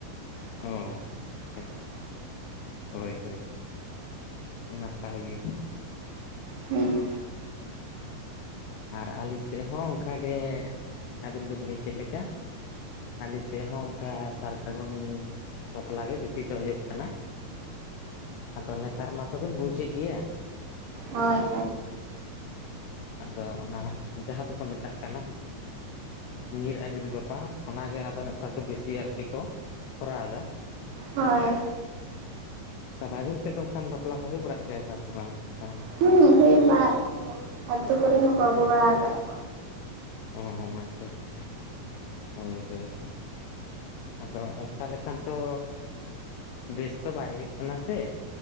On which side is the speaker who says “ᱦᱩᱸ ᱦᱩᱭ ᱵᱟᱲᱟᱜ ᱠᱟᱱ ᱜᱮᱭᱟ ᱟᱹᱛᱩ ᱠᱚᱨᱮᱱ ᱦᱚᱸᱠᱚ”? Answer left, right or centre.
Right